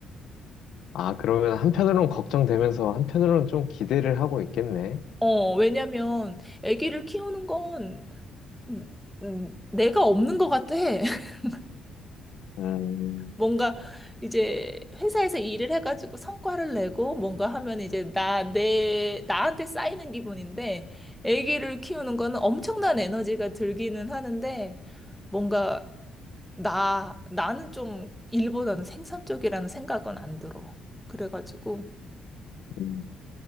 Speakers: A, on the left; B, in the centre.
A: 아, 그러면 한편으로는 걱정되면서 한편으로는 좀 기대를 하고 있겠네.
B: 어 왜냐면 아기를 키우는 건 음, 음, 내가 없는 것 같아 <laughs>
A: 음,
B: 뭔가 이제 회사에서 일을 해가지고 성과를 내고 뭔가 하면 이제 나 내 나한테 쌓이는 기분인데 아기를 키우는 거는 엄청난 에너지가 들기는 하는데 뭔가 나, 나는 좀 일보다는 생산적이라는 생각은 안 들어. 그래가지고,
A: 음.